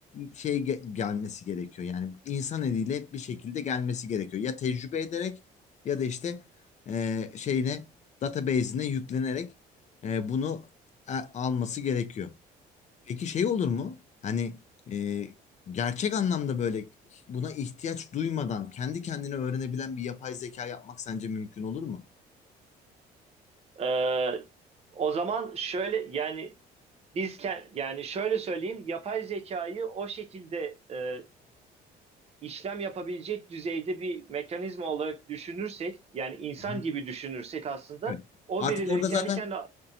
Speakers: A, on the left (about 45°); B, on the right (about 40°).
A: şey ge- gelmesi gerekiyor. Yani insan eliyle hep bir şekilde gelmesi gerekiyor. Ya tecrübe ederek ya da işte e, şeyine database'ine yüklenerek e, bunu e, alması gerekiyor. Peki şey olur mu? Hani e, gerçek anlamda böyle buna ihtiyaç duymadan kendi kendine öğrenebilen bir yapay zeka yapmak sence mümkün olur mu?
B: Ee, o zaman şöyle yani biz ken- yani şöyle söyleyeyim yapay zekayı o şekilde e, işlem yapabilecek düzeyde bir mekanizma olarak düşünürsek yani insan
A: Hı hı.
B: gibi düşünürsek aslında
A: Evet.
B: o
A: Artık
B: verileri
A: orada
B: kendi
A: zaten
B: kendine